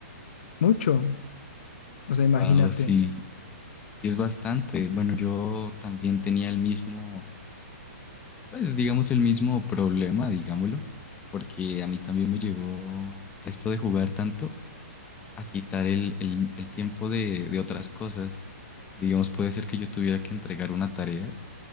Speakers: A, on the left; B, on the left.
A: Mucho, o sea, imagínate.
B: Wow, sí, sí es bastante. Bueno, yo también tenía el mismo, pues digamos el mismo problema, digámoslo, porque a mí también me llegó esto de jugar tanto a quitar el, el- el tiempo de, de otras cosas. Digamos, puede ser que yo tuviera que entregar una tarea